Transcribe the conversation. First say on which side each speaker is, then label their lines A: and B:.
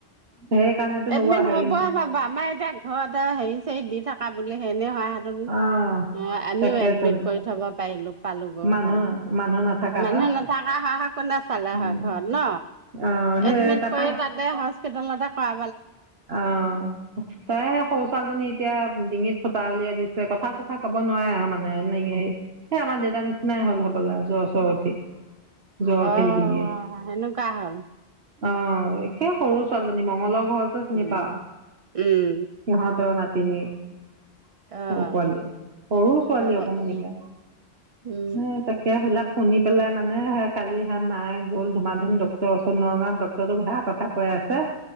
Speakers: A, on the right (about 65°); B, on the right (about 50°).
A: সেইকাৰণেতো
B: এডমিট
A: নোৱা হেৰি
B: হ'বে পাব <unintelligible> আমাৰ এতিয়া ঘৰত হেৰি চৰিত দি থাকা বুলি <unintelligible>
A: অ
B: আমিও
A: তাকেতো
B: এডমিট কৰি থ'ব পাৰিলো পালো গৈ
A: মানুহ
B: হয়।
A: মানুহ নাথাকা
B: মানুহ
A: হয়
B: নাথাকা হৈ কোনে চালে
A: উম।
B: হয় ঘৰত ন।
A: অ' সেই
B: এডমিট
A: তাপাই
B: কৰি তাতে হস্পিতালতে কৰা
A: অ', তাই সেই সৰু ছালজনী এতিয়া ডিঙিত ফুটা উলিয়াই দিছে কথা চথা ক'ব নোৱাৰে আৰু মানে এনে হে এই আমাৰ দেউতাৰ নিচিনাই হ'ল হ'ল আৰু জ্বৰ চৰ উঠি। জ্বৰ উঠিল
B: অ',
A: বুলিয়ে
B: সেনেকুৱা হ'ল।
A: অ', একে সৰু ছোৱালীজনী মঙ্লৰ ঘৰ যে চিনি
B: উম,
A: পাও
B: উম,
A: সিহঁতৰ নাট তিনি সৰু
B: অ'।
A: পোৱালি সৰু ছোৱালী
B: অ',
A: অকমাননিকা।
B: অ', উম,
A: এ তাকে হেবিলাক শুনি পেলাই মানে কালি হা মায়ে গ'ল ধুমা ধুম ডক্টৰ ওচৰত নগাঁৱত ডক্টৰটোক হেয়া কথা কৈ আছে।